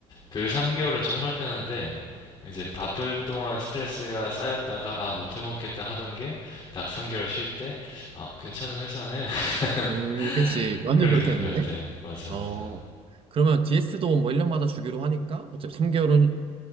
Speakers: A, on the left; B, on the right.
A: 그 3개월은 정말 편한데, 이제 바쁠 동안 스트레스가 쌓였다가, 아, 못 해먹겠다 하던 게, 딱 3개월 쉴 때, 아, 괜찮은 회사네.
B: 음,
A: <laughs>
B: 그치. 완전
A: 그렇게
B: 그렇겠는데?
A: 되는 것 같아. 맞아,
B: 어,
A: 맞아.
B: 그러면 DS도 뭐 1년마다 주기로 하니까 어차피 3개월은